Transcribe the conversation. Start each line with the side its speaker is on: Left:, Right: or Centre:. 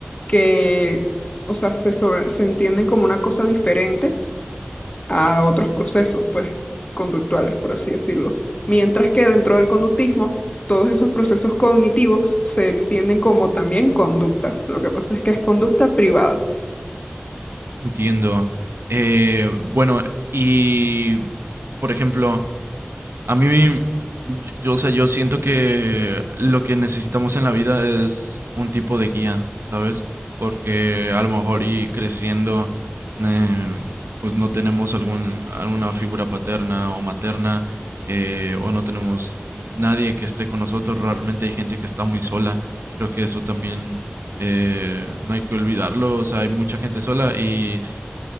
Left: que, o sea, se, sobre- se entienden como una cosa diferente a otros procesos, pues, conductuales, por así decirlo. Mientras que dentro del conductismo, todos esos procesos cognitivos se entienden como también conducta. Lo que pasa es que es conducta privada.
Right: Entiendo. Eh, bueno, y, por ejemplo, A mí, yo, o sea, yo siento que lo que necesitamos en la vida es un tipo de guía, ¿sabes? Porque a lo mejor y creciendo, eh, pues no tenemos algún, alguna figura paterna o materna, eh, o no tenemos nadie que esté con nosotros. Realmente hay gente que está muy sola. Creo que eso también eh, no hay que olvidarlo. O sea, hay mucha gente sola y